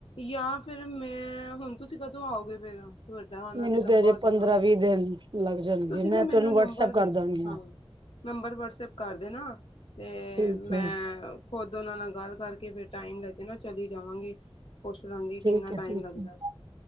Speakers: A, on the left; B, on the right.
A: ਜਾਂ ਫਿਰ ਮੈਂ ਹੁਣ ਤੁਸੀਂ ਕਦੋਂ ਆਓਗੇ ਫੇਰ। ਤੁਹਾਡਾ ਤੇ ਆਉਣਾ
B: ਮੈਨੂੰ
A: ਲੰਬਾ
B: ਤੇ ਅਜੇ
A: ਹੋਜਏਗਾ।
B: ਪੰਦਰਾਂ ਵੀਹ ਦਿਨ ਲੱਗ ਜਾਣਗੇ
A: ਤੁਸੀਂ
B: ਮੈਂ
A: ਨਾ ਮੈਨੂੰ
B: ਤੈਨੂੰ
A: ਨੰਬਰ
B: ਵਟਸਐਪ
A: ਦੇ
B: ਕਰ ਦਾਂਗੀ
A: ਹਾਂ। ਨੰਬਰ ਵਟਸਐਪ ਕਰ ਦੇਣਾ। ਤੇ
B: ਠੀਕ
A: ਮੈਂ
B: ਹੈ
A: ਖੁਦ ਉਹਨਾਂ ਨਾਲ ਗੱਲ ਕਰਕੇ ਫਿਰ ਟਾਈਮ ਲੱ ਕੇ ਨਾ ਚਲੀ ਜਾਵਾਂਗੇ ਪੁੱਛ ਲਾਂਗੇ
B: ਠੀਕ
A: ਕਿੰਨਾ
B: ਹੈ
A: ਟਾਈਮ
B: ਠੀਕ
A: ਲੱਗਦਾ।
B: ਹੈ